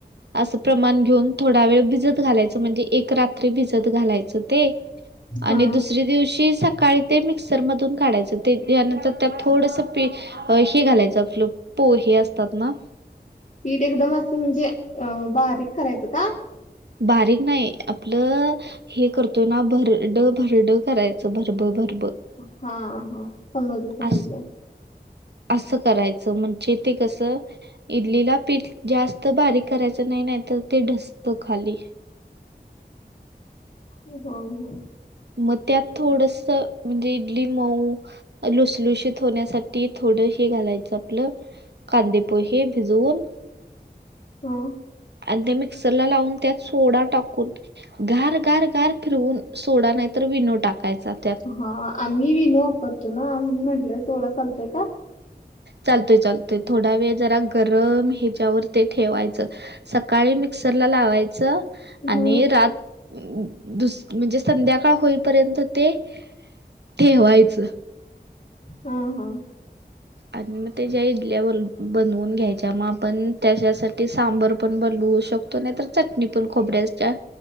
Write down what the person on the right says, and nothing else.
असं प्रमाण घेऊन थोडा वेळ भिजत घालायच म्हणे एक रात्री भिजत घालायच ते
आणि दुस दिवशी सकाळी ते मिक्सरमधून काढायचं ते यानंतर त्यात थोडंसं पी अ हे घालायचं आप्ल पो हे असतात ना
बारीक नाही आपलं हे करतो ना भरड भरड करायचं भरब भरब
अस असं करायचं म्हणजे ते कसं इडलीला पीठ जास्त बारीक करायचं नाही नाही तर ते ढसत खाली
मग त्यात थोडस म्हणजे इडली मऊ लुसलुसत होण्यासाठी ती थोड हे घालायचं आपलं कांदेपोहे हे भिजवून
आणि त्या मिक्सर ला लावून त्यात सोडा टाकून घार घार घार फिरवून सोडा नाही तर विनो टाकायचा त्यात
चालतोय चालतोय थोडा वेळ जरा गरम ह्याच्यावर ते ठेवायचं सकाळी मिक्सरला लावायचं
आणि रात दुस म्हणजे संध्याकाळ होईपर्यंत ते ठेवायचं
आणि मग त्याच्या इडल्या ब बनवून घ्यायच्या मग आपण त्याच्यासाठी सांबर पण बनवू शकतो तर चटणी पण खोबऱ्या च्या